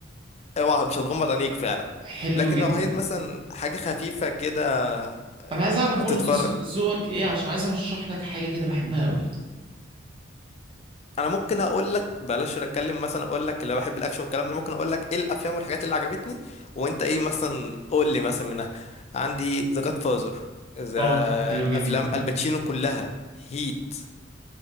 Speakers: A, on the left (about 30°); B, on the right (about 25°).
A: اوعى مش هتغمض عينيك فعلا
B: حلو
A: لكن
B: جدا
A: لو عايز مثلا حاجة خفيفة كده
B: انا عايز اعرف
A: هتتفرج
B: برضو ذو- ذوقك ايه عشان عايز ارشح لك حاجة كده بحبها قوي
A: انا ممكن اقول لك بلاش اتكلم مثلا اقول لك لو بحب الاكشن والكلام ده ممكن اقول لك ايه الافلام والحاجات اللي عجبتني وانت ايه مثلا قول لي مثلا منها عندي ذا جاد فازر ذا
B: اه حلو جدا
A: افلام
B: مم.
A: الباتشينو كلها هيت